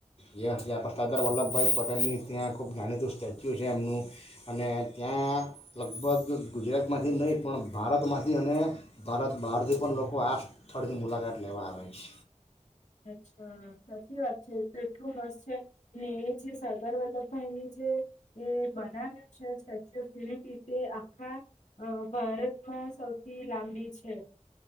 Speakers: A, on the left; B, on the left.
A: જે આપણે સરદાર વલ્લભભાઈ પટેલની ત્યાં ખૂબ જાણીતું સ્ટેચ્યુ છે એમનું અને ત્યાં લગભગ ગુજરાતમાંથી નહીં પણ ભારતમાંથી અને ભારત બહારથી પણ લોકો આ સ્થળની મુલાકાત લેવા આવે છે.
B: અચ્છા સાચી વાત છે તો એટલું મસ્ત છે ને એ જે સરદાર વલ્લભભાઈની જે એ બનાવ્યું છે સ્ટેચ્યુ ઓફ યુનિટી તે આખા ભારતમાં સૌથી લાંબી છે